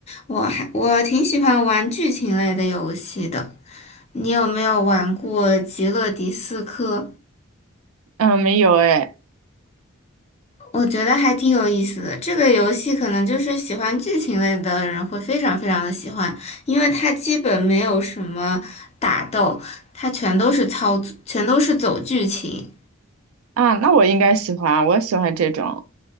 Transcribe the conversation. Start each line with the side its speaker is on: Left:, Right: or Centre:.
Left: 我还我挺喜欢玩剧情类的游戏的。你有没有玩过《极乐迪斯科》？
Right: 嗯，没有哎，
Left: 我觉得还挺有意思的。这个游戏可能就是喜欢剧情类的人会非常非常的喜欢，因为它基本没有什么打斗，它全都是操作，全都是走剧情。
Right: 啊，那我应该喜欢，我喜欢这种。